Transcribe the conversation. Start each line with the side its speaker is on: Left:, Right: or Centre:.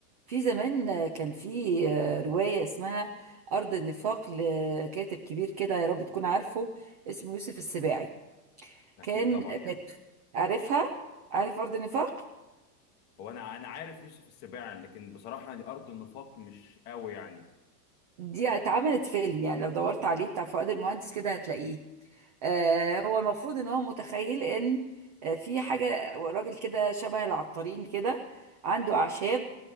Right: في زمان كان في آه، رواية اسمها أرض النفاق لكاتب كبير كده يا رب تكون عارفه اسمه يوسف السباعي
Left: اكيد
Right: كان
Left: طبعا
Right: بت...
Left: يعني
Right: عارفها؟ عارف أرض النفاق؟
Left: هو انا انا عارف يوسف السباع لكن بصراحه دي ارض النفاق مش قوي يعني
Right: دي اتعملت فيلم يعني لو دورت عليه بتاع فؤاد المهندس كده هتلاقيه آه، هو المفروض ان هو متخيل ان آه، في حاجة راجل كده شبه العطارين كده عنده أعشاب